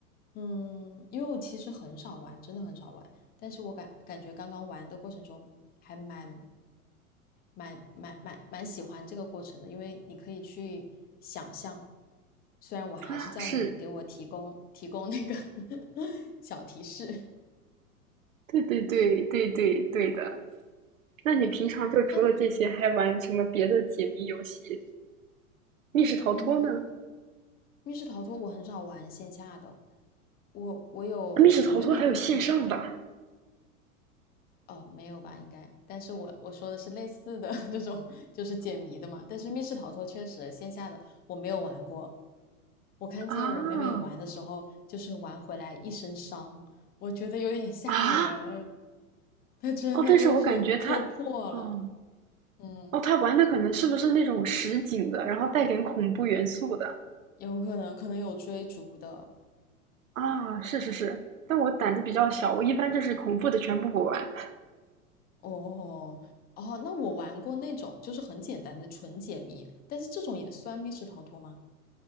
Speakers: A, on the left; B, on the right.
A: 嗯，因为我其实很少玩，真的很少玩，但是我感感觉刚刚玩的过程中还蛮蛮蛮蛮蛮喜欢这个过程的，因为你可以去想象。虽然我还是叫你给我提供提供那个
B: 啊，是，
A: <laughs> 小提示，
B: 对对对对对对的。那你平常就除了这些，
A: 那
B: 还玩什么别的解谜游戏？密室逃脱呢？
A: 嗯，密室逃脱我很少玩线下的，我我有我妹妹会去玩，
B: 密室逃脱还有线上的啊
A: 哦，没有吧，应该，但是我我说的是类似的 <laughs> 这种，就是解谜的嘛。但是密室逃脱确实线下的我没有玩过，我看见我妹妹玩的时候，
B: 啊
A: 就是玩回来一身伤，我觉得有点吓人，
B: 啊！
A: 她真的就是磕破了，
B: 哦，但是我感觉他，哦
A: 嗯，
B: 哦，他玩的可能是不是那种实景的，然后带点恐怖元素的
A: 有可能可能有追逐的。
B: 啊？是是是，但我胆子比较小，我一般就是恐怖的全部不玩，
A: 哦哦，那我玩过那种就是很简单的纯解谜，但是这种也算密室逃脱吗？